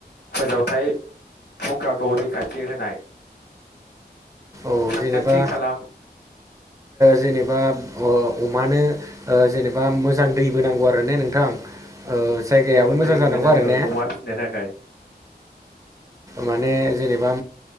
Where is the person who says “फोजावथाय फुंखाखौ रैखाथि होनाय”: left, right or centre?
Left